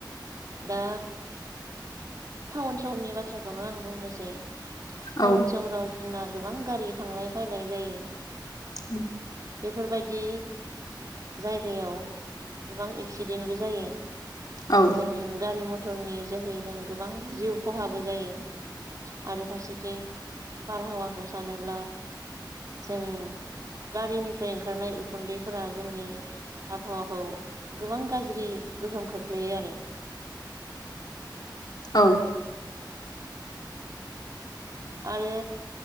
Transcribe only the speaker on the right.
दा टाउन सहरनि बाथ्राखौनो आं बुंनोसै
थाउन सहराव जोंना गोबां गारि थांलाय फैलाय जायो
बेफोरबायदि जायगायाव गोबां एक्सिडेन्टबो जायो।
जों गारि म टरनि जोहै जों गोबां जिउ खहाबो जायो आरो फारसेथिं बारहावाखौ सानोब्ला जों गारिनिफ्राय ओंखारनाय उखुन्दैफोरा जोंनि आबहावा खौ गोबां गाज्रि गोहोम खोख्लैयो आरो
आरो